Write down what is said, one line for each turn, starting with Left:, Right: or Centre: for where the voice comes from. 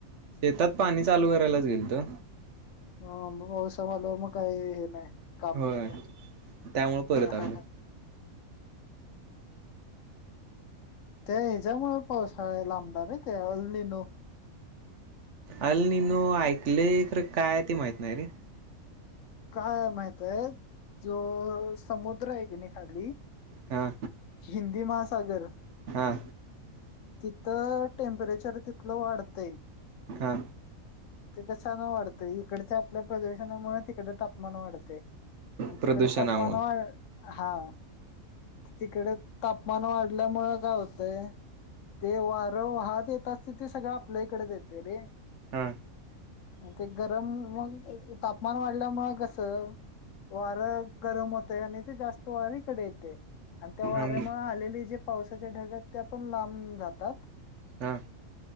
Right: शेतात पाणी चालू करायलाच गेलतो.
Left: ह मग पावसाळा आल्यामुळे मग हे हे काही नाही काम,
Right: होय
Left: नाही का,
Right: त्यामुळे परत
Left: हाहाहा.
Right: आलो
Left: त्या हेज्यामुळे पावसाळा लांबला नाही ते अल्लीनो.
Right: अल नी नू ऐकले खर काय ते माहित नाही रे.
Left: काय माहितेय जो समुद्र आहे. तेनी खाली
Right: हा
Left: हिंदी महासागर.
Right: हा
Left: तिथं टेम्परेचर तिथलं वाढतंय.
Right: हा.
Left: तिक छान वाढतं इकडच्या आपल्या प्रदूषणामुळे तिकड. तापमान वाढते आणि
Right: प्रदूषणामुळं
Left: तिकड तापमान वा हा तिकडे तापमान वाढल्यामुळे काय होतंय. ते वारं वाहत येतात ते सगळ आपल्या इकडे येते रे.
Right: हा.
Left: म्ह ते गरम मग तापमान वाढल्यामुळे कसं वार गरम होतय आणि ते जास्त वार इकडे येतय. आणि त्या वाऱ्यामुळे
Right: हम
Left: आलेले जे पावसाच्या ढगात त्या पण लांब जातात.
Right: हा.